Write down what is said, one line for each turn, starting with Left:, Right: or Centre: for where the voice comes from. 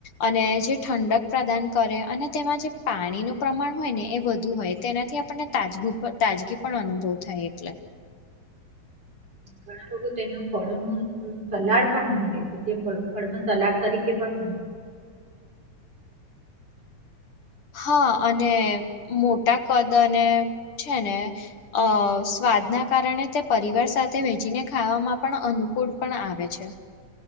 Left: અને જે ઠંડક પ્રદાન કરે અને તેમાં જે પાણીનું પ્રમાણ હોય ને એ વધુ હોય તેનાથી આપણને તાજું તાજગી પણ અનુભવ થાય <inaudible>
Right: ઘણા લોકો તેના ફળો ન સલાડ પણ ઉમેરે છે તે ફ ફળમ સલાડ તરીકે પણ ઉમે
Left: હા અને મોટા કદ અને છે ને અ સ્વાદના કારણે તે પરિવાર સાથે વેચને ખાવામાં પણ અનુકૂળ પણ આવે છે